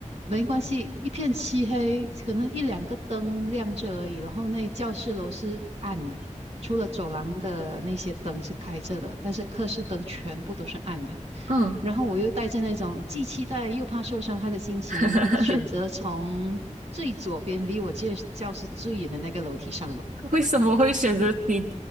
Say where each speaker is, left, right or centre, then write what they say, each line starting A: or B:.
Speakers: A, on the right (about 55°); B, on the right (about 80°).
A: 没关系，一片漆黑，可能一两个灯亮着而已，然后那教室楼是暗的，除了走廊的那些灯是开着的，但是课室灯全部都是暗的。
B: 嗯，
A: 然后我又带着那种既期待又怕受伤害的心情，
B: <laughs>
A: 选择从最左边离我教教室最远的那个楼梯上楼，
B: 为什么会选择你